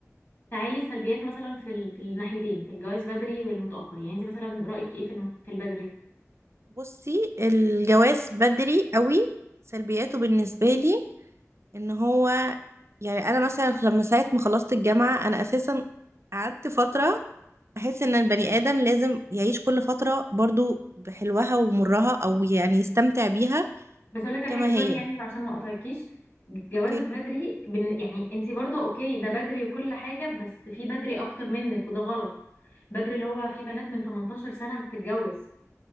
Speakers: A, on the left; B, on the right.
A: تعالي سلبيات مثلا في ال... في الناحيتين في الجواز بدري والمتأخر يعني انت مثلا رأيك ايه في الم... في البدري
B: بصي الجواز بدري قوي سلبياته بالنسبه لي ان هو يعني انا مثلا لما ساعه ما خلصت الجامعه انا اساسا قعدت فتره بحس ان البني ادم لازم يعيش كل فتره برضو بحلوها ومرها او يعني يستمتع بيها
A: بس اقول لك على
B: كما
A: حاجه سوري
B: هي
A: يعني عشان ما اقطعكيش جوازك
B: اوكي
A: بدري بن... يعني انت برضه اوكي ده بدري وكل حاجه بس في بدري اكتر منك وده غلط بدري اللي هو في بنات من 18 سنه بتتجوز